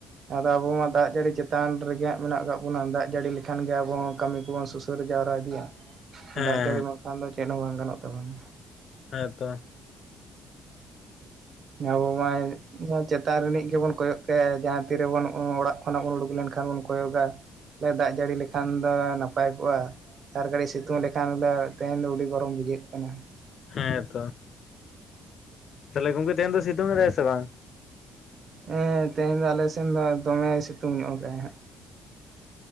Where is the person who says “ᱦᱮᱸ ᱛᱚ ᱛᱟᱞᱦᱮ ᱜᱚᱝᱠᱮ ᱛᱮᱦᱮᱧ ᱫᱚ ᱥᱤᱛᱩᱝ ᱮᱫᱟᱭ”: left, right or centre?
Left